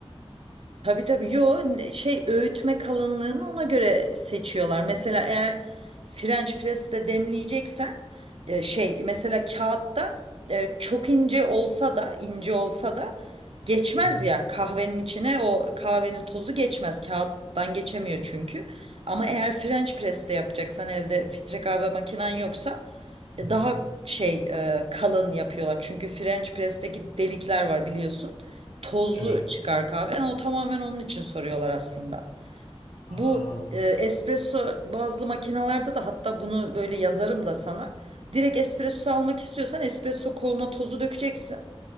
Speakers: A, on the right; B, on the left.
A: Tabii tabii. Yo ne- şey öğütme kalınlığını ona göre seçiyorlar. Mesela eğer French press'te demleyeceksen e, şey mesela kağıtta e, çok ince olsa da ince olsa da geçmez
B: Hı hı.
A: ya kahvenin içine o kahvenin tozu geçmez. Kağıttan geçemiyor çünkü. Ama eğer French press'te yapacaksan evde filtre kahve makinen yoksa
B: Hı
A: e,
B: hı.
A: daha şey e, kalın yapıyorlar. Çünkü French press'teki delikler var biliyorsun tozlu
B: Evet.
A: çıkar kahve. Yani o tamamen onun için soruyorlar aslında.
B: Aa,
A: Bu e, espresso bazlı makinalarda da hatta bunu böyle yazarım da sana. Direkt espresso almak istiyorsan espresso koluna tozu dökeceksin.